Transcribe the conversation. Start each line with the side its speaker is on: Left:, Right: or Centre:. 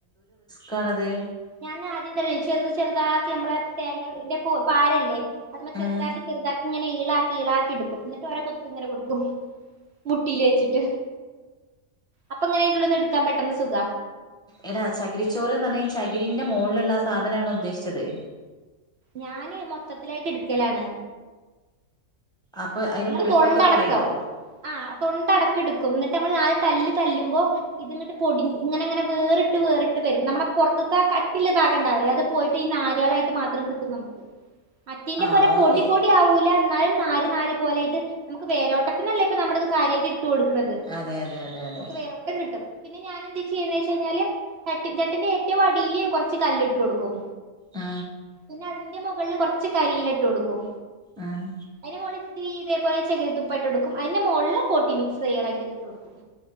Centre: കാണതെ
Right: ഞാൻ ആദ്യം തല്ലേ ചെറുത് ചെറുതാക്കി നമ്മളെ തേങ്ങന്റെ കു പാരല്ലേ അത് മ്മ
Centre: ഉം
Right: ചെറുതാക്കി ചെറുതാക്കിങ്ങനെ ഈളാ കീളാക്കിടുക്കും എന്നിട്ട് ഒരെ കൊത്ത് ഇങ്ങനെ കൊടുക്കും മുട്ടിയില് വെച്ചിട്ട് അപ്പൊ എങ്ങനെ ആയിന്റെള്ളിന്ന് എടുക്കാൻ പെട്ടന്ന് സുഖ
Centre: എടാ ചകിരിച്ചോറ്ന്ന് പറഞ്ഞാ ഈ ചകിരിന്റെ മോളിലുള്ള സാധനാണോ ഉദ്ദേശിച്ചത്
Right: ഞാന് മൊത്തത്തിലായിട്ട് ട്ക്കലാണ്
Centre: അപ്പൊ അതിന്റെ
Right: നമ്മള്
Centre: പുളിപ്പൊക്കെ
Right: തൊണ്ടടക്കം
Centre: കളയോ
Right: ആ തൊണ്ടടക്കം ട്ക്കും ന്നി ഞമ്മള് നാല് തല്ല് തല്ലുമ്പോ ഇതിങ്ങട്ട് പൊടി ഇങ്ങനെ ഇങ്ങനെ വേറിട്ട് വേറിട്ട് വരും നമ്മള പൊറത്തത്തെ ആ കട്ടിയ്ള്ള ഭാഗണ്ടാവല്ലേ അത് പോയിട്ട് ഈ നാര്ളായിട്ട് മാത്രം കിട്ടും നമുക്ക് മറ്റേയിന്റെ
Centre: ആഹ്
Right: പോലെ പൊടി
Centre: ഓക്കെ
Right: പൊടി ആവൂല എന്നാലും നാ ഒരു കാര്യം അതു പോലെ ഇത് നമുക്ക് വേരോട്ടത്തിനല്ലേ ഇത് നമ്മുടെ കാര്യ ഇട്ടുകൊടുക്ണത്
Centre: അതെ അതെ അതെ അതെ
Right: നമുക്ക് വേറെൊക്കം കിട്ടും പിന്നെ ഞാൻ എന്താ ചെയ്യുന്നെച്ചു കഴിഞ്ഞാല് ചട്ടി ചട്ടിന്റെ ഏറ്റവും അടിയില് കുറച്ചു കല്ലിട്ട് കൊടുക്കും
Centre: ആ
Right: പിന്നെ അതിന്റെ മുകളിൽ കുറച്ച് കരിയില ഇട്ട് കൊടുക്കും
Centre: ആഹ്
Right: അയിനു മോളിൽ ഇത്തിരി ഇതേപോലെ ചെറിയ ന്തുപ്പിട്ടു കൊടുക്കും അതിന്റെ മോളില് പോട്ടി മിക്സ് തയ്യറാക്കി യതിട്ടു കൊടുക്കും